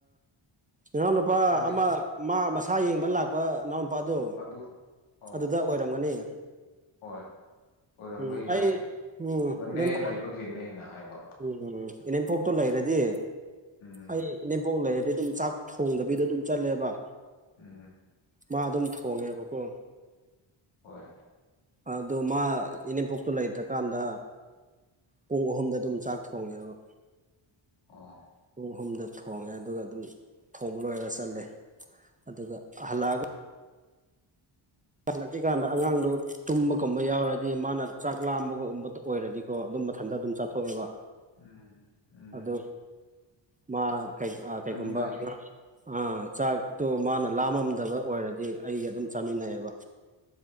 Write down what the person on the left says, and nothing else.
ꯃꯅꯦ
ꯑꯗꯨ ꯑꯣ
ꯍꯣꯏ ꯑꯣꯏꯔꯝꯕ
ꯌꯥꯏ
ꯃꯅꯦ
ꯂꯩꯕꯒꯤꯅꯦꯅ ꯍꯥꯏꯕ
ꯎꯝ
ꯎꯝ
ꯍꯣꯏ
ꯑꯣ
ꯎꯝ ꯎꯝ
ꯅꯤꯡꯉꯥꯏ